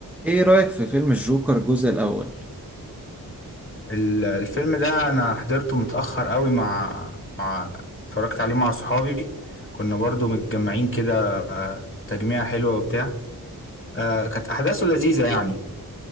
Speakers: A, in the centre; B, on the left (about 35°).
A: ايه رأيك في فيلم الجوكر الجزء الأول؟
B: ال- الفيلم ده انا حضرته متأخر قوي مع مع اتفرجت عليه مع صحابي كنا برضو متجمعين كده آه، تجميعة حلوة وبتاع آه، كانت احداثه لذيذة يعني